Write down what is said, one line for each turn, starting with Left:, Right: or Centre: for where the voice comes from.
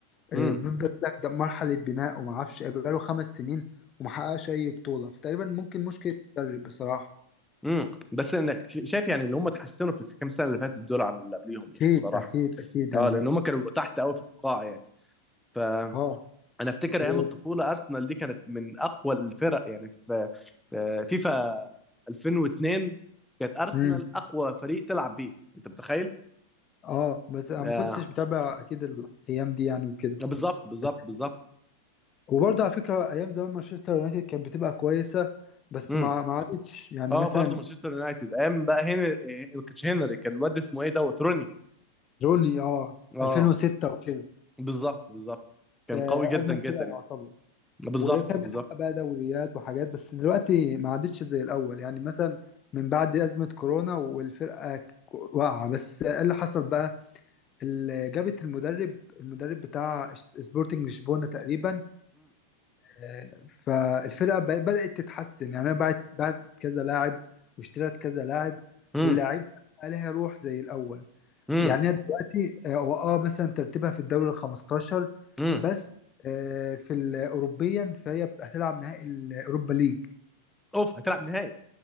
Left: آه،
Centre: امم
Left: بيفضل يقول لك ده مرحله بناء وما اعرفش إيه، بقاله خمس سنين وما حققش اي بطوله فتقريبا ممكن مشكله المدرب بصراحه
Centre: امم بس انا ش- شايف يعني اللي هم اتحسنوا في الكام سنه اللي فاتت دول عن اللي قبليهم يعني
Left: اكيد
Centre: الصراحه
Left: اكيد اكيد يعني
Centre: اه لان هم كانوا بيبقوا تحت قوي في القاع يعني فانا
Left: اه
Centre: افتكر
Left: و...
Centre: ايام الطفوله ارسنال دي كانت من اقوى الفرق يعني في في فيفا 2002 كانت ارسنال
Left: مم.
Centre: اقوى فريق تلعب بيه انت متخيل
Left: اه بس انا
Centre: آه
Left: ما كنتش متابع اكيد الايام دي يعني وكده
Centre: بالظبط بالظبط
Left: بس
Centre: بالظبط
Left: وبرضه على فكره ايام زمان مانشستر يونايتد كانت بتبقى كويسه بس
Centre: امم
Left: ما ما عادتش يعني
Centre: اه
Left: مثلا
Centre: برضه مانشستر يونايتد ايام بقى هنا كان هنري كان الواد اسمه ايه دوت روني
Left: روني اه
Centre: اه
Left: 2006 وكده
Centre: بالظبط بالظبط كان
Left: ده
Centre: قوي جدا
Left: اجمد
Centre: جدا
Left: فرقه
Centre: يعني
Left: يعتبر
Centre: بالظبط
Left: وكان
Centre: بالظبط
Left: بيتحقق بقى دوريات وحاجات بس دلوقتي ما عادتش زي الأول يعني مثلا من بعد أزمة كورونا والفرقة ك- واقعة بس إيه اللي حصل بقى اللي جابت المدرب المدرب بتاع إش- سبورتنج لشبونة تقريبا آه، فالفرقة بقى- بدأت تتحسن يعني أنا بعت بعت كذا لاعب واشتريت كذا لاعب
Centre: امم
Left: واللاعب بقى لها روح زي الأول
Centre: امم
Left: يعني هي دلوقتي آه، هو اه مثلا ترتيبها في الدوري ال 15
Centre: امم
Left: بس آه، في الاوروبيا فهي هتلعب نهائي الاوروبا ليج
Centre: اوف هتلعب نهائي